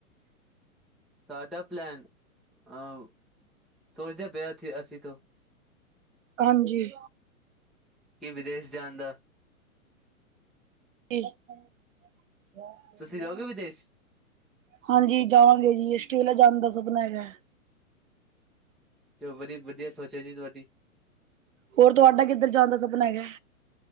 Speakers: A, in the centre; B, on the right (about 60°).
A: ਸਾਡਾ ਪਲੈਨ ਅਹ ਸੋਚਦੇ ਪਏ ਥੀ ਅਸੀਂ ਤੋਂ।
B: ਹਾਂਜੀ।
A: ਕੀ ਵਿਦੇਸ਼ ਜਾਣ ਦਾ।
B: <unintelligible>
A: ਤੁਸੀਂ ਜਾਓਗੇ ਵਿਦੇਸ਼
B: ਹਾਂਜੀ ਜਾਵਾਂਗੇ ਜੀ ਆਸਟ੍ਰੇਲੀਆ ਜਾਣ ਦਾ ਸਪਨਾ ਹੈਗੈ।
A: ਚਲੋ ਵਧੀਆ ਵਧੀਆ ਸੋਚ ਆ ਜੀ ਤੁਹਾਡੀ।
B: ਹੋਰ ਤੁਹਾਡਾ ਕਿੱਧਰ ਜਾਣ ਦਾ ਸਪਨਾ ਹੈਗੈ?